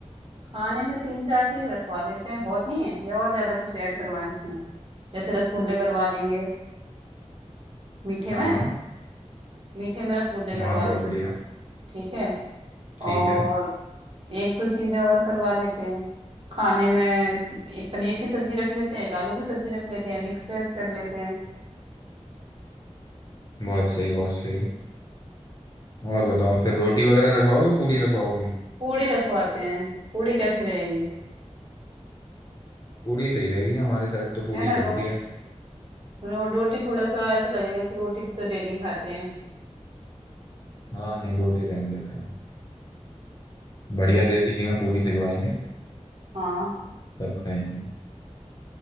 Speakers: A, on the right (about 50°); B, on the left (about 35°).
A: खाने में तीन चार चीज रखवा लेते हैं बहुत नहीं है या और ज्यादा कुछ ऐड करवाएं उसमें जैसे रसगुल्ले करवा लेंगे मीठे
B: हाँ
A: में
B: हाँ
A: मीठे में रसगुल्ले करवा
B: वाह बहुत
A: लेते
B: बढ़िया
A: हैं ठीक है
B: ठीक
A: और
B: है
A: एक दो चीजें और करवा लेते हैं खाने में एक पनीर की सब्जी रख लेते हैं एक आलू की सब्जी रख लेते हैं मिक्स वेज कर लेते हैं
B: बहुत सही बहुत सही और बताओ फिर रोटी वगैरह रखवाओगे पूड़ी रखवाओगे
A: पूड़ी रखवाते हैं पूड़ी कैसी रहेगी
B: पूड़ी सही रहेगी हमारे साइड तो पूड़ी
A: है ना
B: चलती
A: रो,
B: है
A: रो, रोटी थोड़ा सा ऐसा लगेगा कि रोटी तो डेली खाते हैं
B: हाँ नहीं रोटी रहने देते हैं बढ़िया देसी घी में पूड़ी सिखवाएंगे
A: हाँ
B: सब खाएंगे